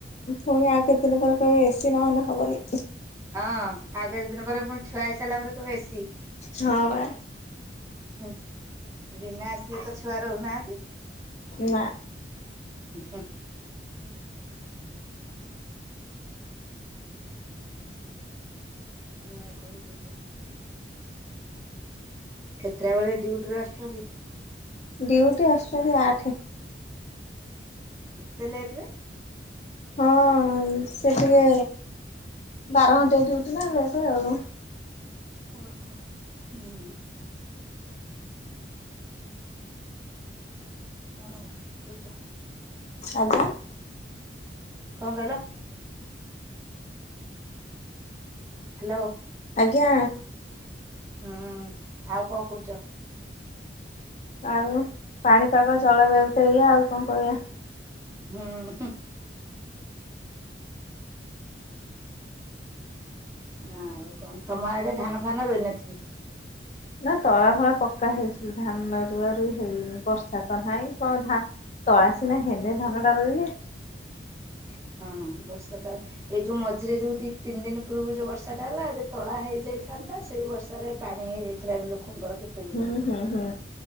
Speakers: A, on the left (about 40°); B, on the right (about 15°).
A: ପୁଣି ଆଉ କେତେ ଦିନ ପରେ କହିବେ ଏସି ନହେଲେ ହବନି।
B: ହଁ ଆଉ କେତେ ଦିନ ପରେ ପୁଣି ଛୁଆ ହେଇସାରିଲା ପରେ କହିବେ ଏସି।
A: ହଁ ବା।
B: ହୁଁ। ବିନା ଏସି ରେ ତ ଛୁଆ ରହୁନାହାନ୍ତି।
A: ନା।
B: ହୁଁ। ହଁ ।ଆଉ କଣ କହୁଛ? କେତେଟା ବେଳେ ଡ୍ୟୁଟିରୁ ଆସୁଛନ୍ତି
A: ଡ୍ୟୁଟି ଆସୁଛନ୍ତି ଆଠେ।
B: ଏତେ ଲେଟ୍ ରେ।
A: ହଁ ସେ ଟିକେ ବାର ଘଣ୍ଟା ଡଉଟି ନା ଲେଟ୍ ଆଉ।
B: ଓହୋ ହୁଁ। ଆଉ <unintelligible>
A: ଆଜ୍ଞା
B: କଣ କଇଲ? ହ୍ୟାଲୋ!
A: ଆଜ୍ଞା।
B: ହୁଁ, ଆଉ କଣ କହୁଛ?
A: ଆଉ, ପାଣିପାଗ ଜଳବାୟୁ ତ ଏଇଆଉ କଣ କଇଆ?
B: ହୁଁ। ଉଁହୁ। ଆଉ, କଣ ତମ ଆଡେ ଧାନ ଫାନ ରୋଇନଥିବେ?
A: ନା ତଳା ଫଳା ପକ୍କା ହେଇଛି। ଧାନ ରୁଆରୁଇ ହେଇନି। ବର୍ଷା ତ ନାହିଁ କଣ ଧା ତଳା ସିନା ହେଲେ, ଧାନଟା ରୋଇବୁ! <inaudible>
B: ହଁ, ବର୍ଷା ତ ଏଇ ଯୋଉ ମଝିରେ ଯୋଉ ଦି ତିନି ଦିନ ପୂର୍ବରୁ ଯୋଉ ବର୍ଷାଟା ହେଲା, ଯେ ତଳା ହେଇଯାଇଥାନ୍ତା ସେଇ ବର୍ଷାରେ ପାଣି ହେଇଯାଇଥିଲା ବି ଲୋକଙ୍କର କେତେ ବିଲ?
A: ହୁଁ ହୁଁ ହୁଁ